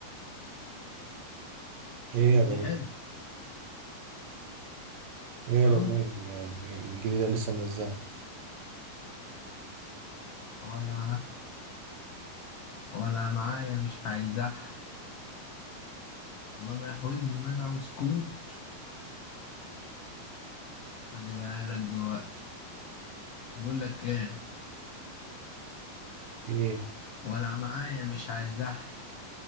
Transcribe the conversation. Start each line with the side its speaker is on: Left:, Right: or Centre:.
Right: ايه
Left: ويجز
Right: يا الأغنية
Left: حلو
Right: هي
Left: اه
Right: الأغنية ال- الجديدة اللي لسه منزلها
Left: ولا ولا معايا مش هيزح الله ما يحولني منعه سكوب هجيبها لك دلوقتي بقول لك ايه
Right: ايه
Left: ولا معايا مش عايزح